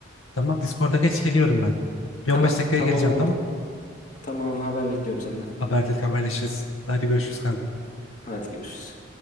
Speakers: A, on the left; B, on the left.
A: Tamam Discord'a geç geliyorum ben. Bir
B: Tamam
A: 15 dakikaya
B: tamam
A: geleceğim
B: oldu.
A: tamam.
B: Tamam haber bekliyorum senden.
A: Haber, Haberleşiriz. Hadi görüşürüz kanka.
B: Hadi görüşürüz.